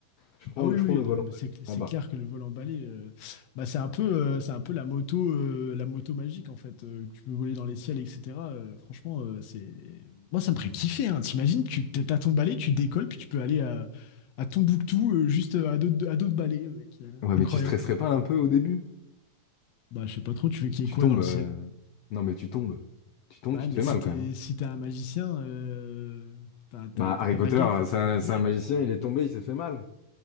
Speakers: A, on the left; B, on the left.
A: Je prends,
B: Ah oui, oui,
A: je prends le vol
B: non,
A: emballé,
B: mais c'est
A: c'est
B: c'est
A: sympa.
B: clair que le vol emballé, euh, bah c'est un peu, euh, c'est un peu la moto, euh, la moto magique en fait. euh, que tu peux voler dans les ciels, etc. euh, franchement, euh, c'est, moi ça me ferait kiffer. Hein. T'imagines, tu t'es- t'as ton balai, tu décolles, puis tu peux aller à, à Tombouctou euh, juste euh, à dos de, à dos de balai, mec. euh,
A: Ouais,
B: incroyable.
A: mais tu stresserais pas un peu au début?
B: Bah je sais pas trop, tu veux qu'il y
A: Tu
B: ait quoi
A: tombes.
B: dans le
A: euh,
B: ciel?
A: Non, mais tu tombes. Tu tombes,
B: Bah
A: tu
B: mais
A: te fais
B: si
A: mal
B: t'es,
A: quand même. hein.
B: si t'es un magicien, euh, t'as, t'as-
A: Bah
B: t'as
A: Harry
B: ta
A: Potter,
B: baguette.
A: euh,
B: euh,
A: c'est un, c'est
B: yeah.
A: un magicien, il est tombé, il s'est fait mal.